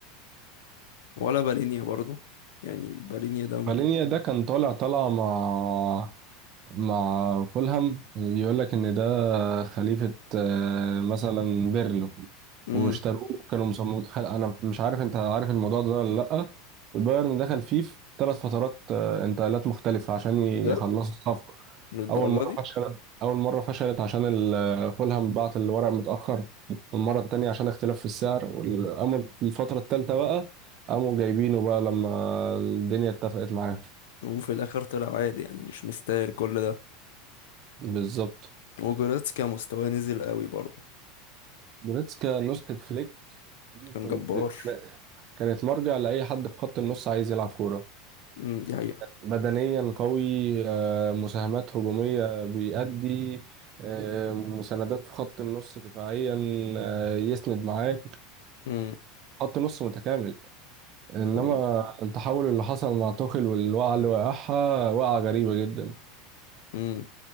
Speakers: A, on the left; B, on the right.
A: ولا بالينيا برضو يعني بالينيا ده م-
B: مالينيا ده كان طالع طالعة مع مع فولهام يقول لك ان ده خليفة آه، مثلا بيرلو
A: مم،
B: واشتروه كانوا مصممين خل... انا مش عارف انت عارف الموضوع ده ولا لا البايرن دخل فيه في ثلاث فترات آه، انتقالات مختلفة عشان يخلصوا
A: بجد
B: الصفقة
A: للدرجة
B: اول مرة
A: دي
B: فشلت اول مرة فشلت عشان ال- آه، فولهام بعت الورق متأخر المرة التانية عشان اختلاف في السعر والأمر الفترة التالتة بقى قاموا جايبينه بقى لما الدنيا اتفقت معاهم
A: وفي الآخر طلع عادي يعني مش مستاهل كل ده
B: بالظبط
A: وجوريتس كان مستواه نزل قوي برضو
B: جوريتسكا نسخة فليك دي
A: كان
B: كنت
A: جبار
B: كانت مرجع لأي حد في خط النص عايز يلعب كورة
A: مم، دي حقيقة
B: بدنيا قوي آه، مساهمات هجومية بيأدي آه، مساندات في خط النص دفاعيا آه، يسند معاك
A: مم،
B: خط نص متكامل انما
A: كان
B: التحول اللي حصل مع توخيل والوقعة اللي وقعها وقعة غريبة جدا
A: مم.